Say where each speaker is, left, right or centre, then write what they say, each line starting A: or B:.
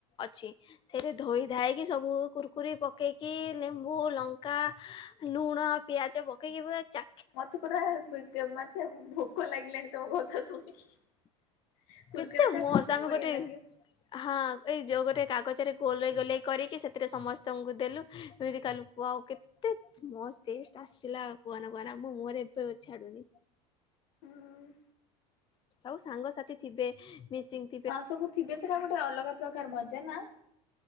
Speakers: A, on the left (about 25°); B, on the left (about 70°).
A: ଅଛି। ସେଇଠେ ଧୋଇଧାଇକି ସବୁ କୁରକୁରି ପକେଇକି ଲେମ୍ବୁ, ଲଙ୍କା, ନୁଣ, ପିଆଜ ପକେଇକି ପୁରା ଚା
B: ମତେ ପୁରା ବି ମତେ ଭୋକ ଲାଗିଲାଣି ତମ ଘରୁ ଥା ଶୁଣୁକି କୁୁରକୁରେ
A: କେତେ
B: ଚାଟ
A: ମସ୍ତ
B: ମତେ
A: ଆମେ
B: ବି ବଢ଼ିଆ
A: ଗୋଟେ
B: ଲାଗେ।
A: ହଁ ଏଇ ଯୋଉ ଗୋଟେ କାଗଜରେ ଗୋଲେଇ ଗୋଲେଇ କରିକି ସେଥିରେ ସମସ୍ତଙ୍କୁ ଦେଲୁ ଏମିତି ଖାଇଲୁ ଓୱା କେ ଏତେ ମସ୍ତ ଟେଷ୍ଟ ଆସିଥିଲା କୁହନା କୁହନା ମୁଁ ମୁହଁରେ ଏବେ ଛାଡୁନି।
B: ହୁଁ
A: ଆଉ ସାଙ୍ଗସାଥୀ ଥିବେ ମିସିଙ୍ଗ
B: ହଁ ସବୁ ଥିବେ ସେଟା ଗୋଟେ ଅଲଗା ପ୍ରକାର ମଜା ନା